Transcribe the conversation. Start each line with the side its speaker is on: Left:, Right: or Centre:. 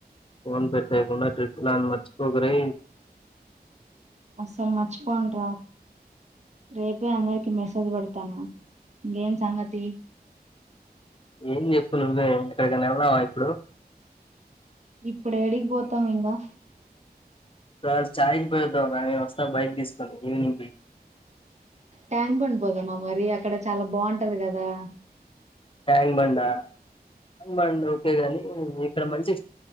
Left: ఫోన్ పెట్టేయకుండా ట్రిప్ ప్లాన్ మర్చిపోకు రె
Right: అస్సల్ మర్చి పోనురా రేపే అందరికి మెసేజ్ పెడతాను ఇంకేం సంగతి
Left: ఏం చెప్పు నువ్వే ఎక్కడికన్నా వెళ్దామ ఇప్పుడు
Right: ఇప్పుడు ఏడిగి పోతాం ఇంకా
Left: రా చాయ్ కి పోయిద్దాం రా నేను వస్తా బైక్ తీసుకుొని ఈవినింగ్ పోయి
Right: ట్యాంక్ పండిపోదామ్మా మరి అక్కడ చాలా బాగుంటది కదా
Left: ట్యాక్ బండా ట్యాక్ బండి ఓకే గాని ఇక్కడ మంచి